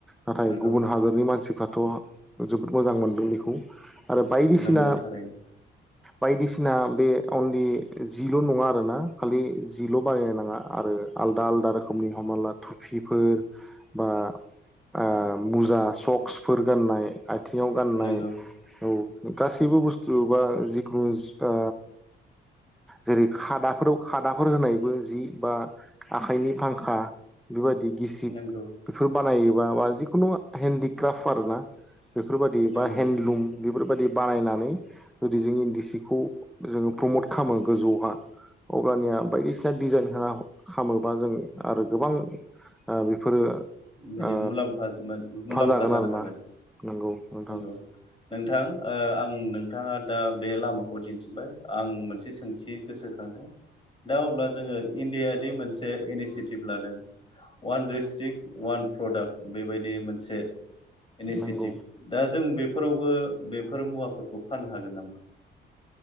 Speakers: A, in the centre; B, on the left.
A: नाथाय
B: नंगौ
A: गुबुन हादोरनि मानसि फ्राथ जोबोद मोजां मोनदों बेखौ आरो बायदिसिना
B: नंगौ थारैनो
A: बायदिसिना बे अनलि जिल' नङा आरोना खालि जिल' बायनो नाङा आरो आलदा आलदा रोखोमनि हमना ला थुफिफोर बा आ बुजा सकस फोर गाननाय आथिङाव गाननाय
B: नंगौ
A: औ गासैबो बुस्थु बा जिखुनु जुता जेरै खादाफोराव खादाफोर होनायबो जि बा आखाइनि फांखा बेबायदि गिसिब
B: नंगौ
A: गो बानायोबा बा जिखुनु हेन्ददिक्राफ्ट आरोना बेफोरबायाददि
B: नंगौ
A: बा हेन्दलुम बेफोरबायाददि बानायनानै जुदि जों इन्दि सिखौ जोङो प्रमट खालामो गोजौहा अब्लानिया बायदिसिना डिजाइन होना खालामोबा जों आरो गोबां बेफोरो
B: बेनि
A: ओ
B: मुलाम्फा मुलाम्फा
A: जागोन
B: जानो
A: आरोना
B: हागोन
A: नंगौ नोंथां
B: नंगौ नोंथां अ आं नोंथाङा दा बे लामाखौ दिन्थिबाय आं मोनसे सोंथि गोसोखांदों दा अब्ला जोङो इण्डिया दि मोनसे इनिसियेटिभ लादों अवान डिस्ट्रिक्ट वान प्रडाक्ट बेबायदि मोनसे इनिसियेटिभ
A: नंगौ
B: दा जों बे फोरावबो बेफोर मुवाफोरखौ फाननो हागोन नामा